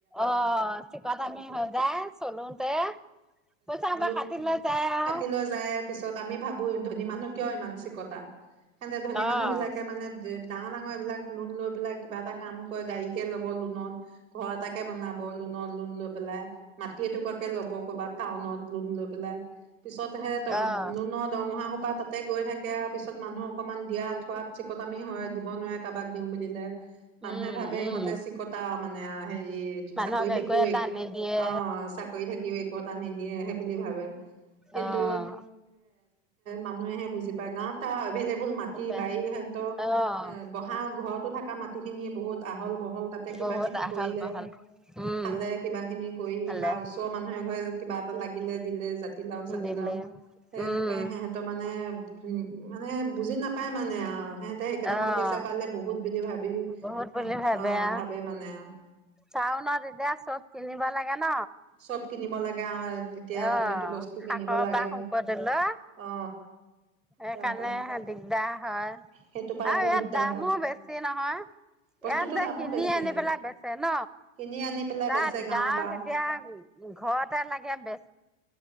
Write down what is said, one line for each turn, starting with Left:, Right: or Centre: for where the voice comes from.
Centre: অ, চিকতামি হৈ যায়, চলোতে পইচা হুপা
Right: অ
Centre: কাটি লৈ যায় আও
Right: কাটি লৈ যায় পিছত আমি ভাবো, ধনী মানুহ কিয় ইমান চিকতা সেতে ধনী
Centre: অ'
Right: মানুহ, বিলাকে মানে ডা ডাঙৰ এইবিলাক লোন লৈ পেলাই, কিবা এটা কাম কৰে গাড়ীকে ল'ব লোনত ঘৰ এটাকে বনাব, লোণত লোন লৈ পেলাই। মাটি এটুকুৰাকে ল'ব, ক'বাত টাউনত লোন লৈ পেলাই। পিছত হে ত
Centre: অ' অ'।
Right: লোণৰ দৰমহা সোপাহ তাত তাতে গৈ থাকে, আৰু পিছত মানুহ অকণমান দিয়া থোৱাত চিকতামি হয়, দিব নোৱাৰে কাবাক দিওঁ বুলিলে। মানুহে
Centre: উম,
Right: ভাবে,
Centre: উম,
Right: ইহঁতে চিকতা মানে নে আও সেই
Centre: মানুহক
Right: চাকৰি থাকিও,
Centre: একো এটা
Right: এক,
Centre: নিদিয়ে
Right: অ, চাকৰি থাকি ও একো এটা নিদিয়ে হে বুলি ভাবে কিন্তু
Centre: অ',
Right: মানুহেহে বুজি পায় গাৱত তা আভেল এবো ল
Centre: সেইটোপাই
Right: মাটি বাৰী হেন্তৰ
Centre: অ',
Right: বহা ঘৰতো থকা মাটি খিনি বহুত আহল বহল। হল তাতে, কিবা
Centre: বহুত
Right: কিবি
Centre: আহল
Right: কৰিলে,
Centre: বহল উম,
Right: খালে কিবা খিনি কৰি,
Centre: ভালে
Right: বা ওচৰৰ মানুহে এঘৰে কিবা এটা লাগিলে দিলে, যা জাতিলাও, চাতিলাও
Centre: দিলে
Right: সেইটোপাই
Centre: উম,
Right: হে সেত মানে <unintelligible> মানে বুজি নাপায়, মানে অ সিহঁতে সেই কেটামান
Centre: অ',
Right: পইছা পালে বহুত বুলি ভাবি
Centre: বহুত বুলি
Right: অ
Centre: ভাবে অ
Right: মানে আৰু
Centre: চাও ন তেতিয়া চব কিনিব লাগে। ন
Right: চব কিনিব লাগে, আৰু এতিয়া
Centre: অ,
Right: প্ৰতিটো বস্তু
Centre: শাকৰ
Right: কিনিব লাগে
Centre: পা শুকতি লৈ,
Right: অ
Centre: সেইকাৰণে
Right: তাৰপা
Centre: দিগদাৰ হয়,
Right: সেইটো পাইতো
Centre: আৰু ইয়াত
Right: দিগদাৰ
Centre: দামো
Right: হয়
Centre: বেছি নহয়,
Right: বস্তুটোৰ
Centre: ইয়াত যে
Right: দামো
Centre: কিনি
Right: বেছি
Centre: আনি পেলাই বেচে ন।
Right: কিনি আনি পেলাই
Centre: তাত
Right: বেচে গাঁৱৰ
Centre: গাঁৱত
Right: পৰা
Centre: এতিয়া উ, ঘৰতে লাগে বেছি